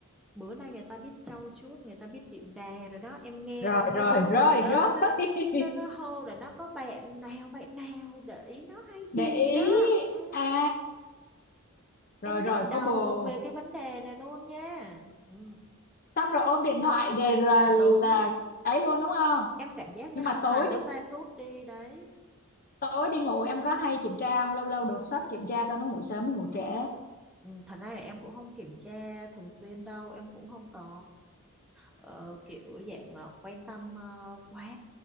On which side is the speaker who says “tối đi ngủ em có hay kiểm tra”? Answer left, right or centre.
Left